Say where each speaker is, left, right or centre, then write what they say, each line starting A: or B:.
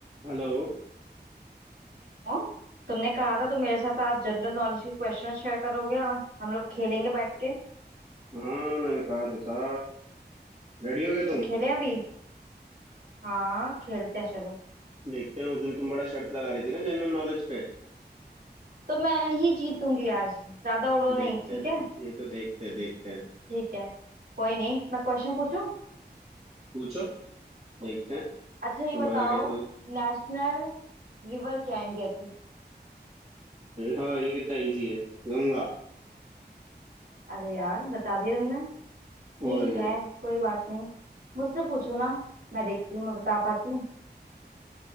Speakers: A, on the right; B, on the right.
A: Hello
B: हाँ, तुमने कहा था तो मेरे साथ आज जनरल नॉलेज के क्वेश्चन शेयर करोगे हाँ, हम लोग खेलेंगे बैठ के
A: हाँ मैंने कहा तो था रेडी हो गया
B: तो
A: तुम
B: खेलें अभी हाँ खेलते हैं चलो
A: देखते हैं उस दिन तुम बड़ा शर्त लगा रही थी ना जनरल नॉलेज पे
B: तो मैं ही जीतूंगी आज ज्यादा उड़ो नहीं
A: देखते
B: ठीक
A: हैं
B: है
A: ये तो देखते देखते हैं
B: ठीक है कोई नहीं मैं क्वेश्चन पूछूं
A: पूछो देखते हैं
B: अच्छा ये
A: तुम्हारा
B: बताओ
A: कैसे हुई
B: नेशनल रिवर क्या है इंडिया की
A: हाँ ये कितना इजी है गंगा
B: अरे यार बता दिया तुमने ठीक
A: और क्या
B: है कोई बात नहीं मुझसे पूछो ना मैं देखती हूँ मैं बता पाती हूँ